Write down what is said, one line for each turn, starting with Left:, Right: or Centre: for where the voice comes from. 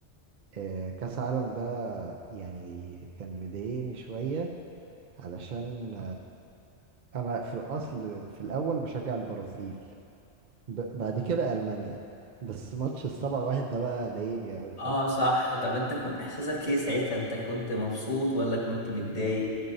Right: آه كاس عالم ده يعني كان مضايقني شويه علشان انا في الاصل في الاول بشجع البرازيل ب بعد كده المانيا بس ماتش السبعة واحد ده بقى ضايقني قوي فاهم
Left: اه صح طب انت كنت احساسك ايه ساعتها انت كنت مبسوط ولا كنت متضايق